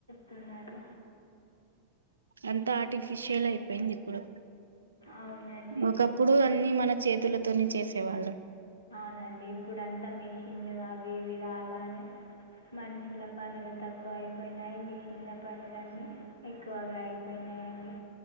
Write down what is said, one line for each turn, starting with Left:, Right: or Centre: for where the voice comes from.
Left: తున్నారు
Right: అంత ఆర్టిఫిషియల్ అయిపోయిందిప్పుడు
Left: అవునండి
Right: ఒకప్పుడు అన్నీ మన చేతుల తోని చేసేవాళ్ళం
Left: అవునండి ఇప్పుడు అంతా మిషిన్లు అవి ఇవి రాగానే మనిషిల పనులు తక్కువ అయిపోయినాయి మిషన్ల పనులన్నీ ఎక్కువగా అయిపోయినాయండి